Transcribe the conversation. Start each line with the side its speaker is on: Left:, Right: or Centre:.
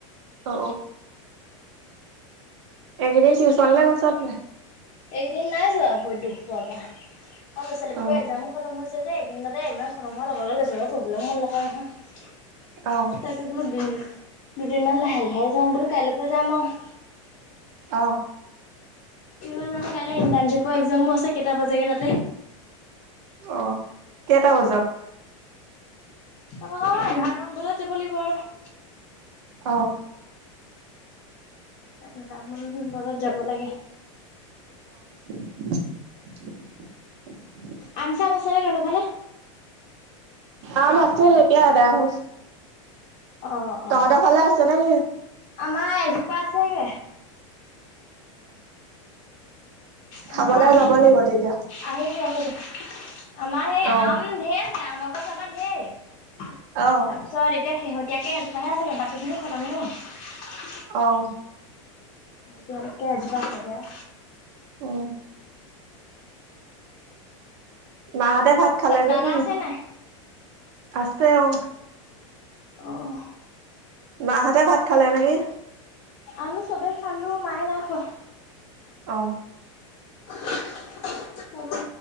Right: অ একদিন টিউচনলে গৈছ নাই?
Left: এইকেইদিন নাই যোৱা, ভৰিত দুখ পোৱাৰ পা আৰু ল'ৰা ছোৱালীবোকৰ
Right: অ
Left: এক্জামো খতম হৈছে যে। এই‌ কেইদিনতে একজাম খতম লগে লৈছো, পঢ়িবলেও মন নকৰে নহয়
Right: অ
Left: তাকে, বোলো দিন দিন। যিমান লাহে লাহে যাম বোলো, কাইলৈকে যাম আৰু।
Right: অহ।
Left: কিয় জানো কাইলৈ ইণ্টাৰ্ণশ্বিপৰ এক্জামো আছে, কেইটা বজাগে তাতে।
Right: অ, কেইটা বজাত?
Left: অ', এঘাৰ মান বজাত যাব লাগিব ৰ।
Right: অঁ।
Left: এঘাৰটা বজাত যাব লাগে।
Right: <unintelligible>
Left: আম চাম আছেনে তহঁতৰ ফালে।
Right: আম আছিল, এতিয়া এদাই হল।
Left: অ অ
Right: তহঁতৰ ফালে আছে নেকি?
Left: আমাৰ এজোপা আছেগে। আমাৰ
Right: খাবলৈ যাব লাগিব তেতিয়া।
Left: আহিবি আহিবি আমাৰ সেই
Right: অ
Left: আম ঢেৰ আছিলে, আমৰ গছ আমাৰ ঢেৰ। তাৰপিছত
Right: আহ
Left: এতিয়া, শেহতীয়াকে এজোপাহে আচেগে বাকী খিনি খতমে হ'ল।
Right: অহ।
Left: এতিয়া-এজোপা আছেগে আও
Right: উম। মাহঁতে ভাত খালে নেকি।
Left: দাদা আছে নাই
Right: আছে, অহ।
Left: অঁ।
Right: মাহঁতে ভাত খালে নেকি।
Left: আমি চবে খালো, মায়ে নাই খোৱা।
Right: অঁ।
Left: <unintelligible> চাবলে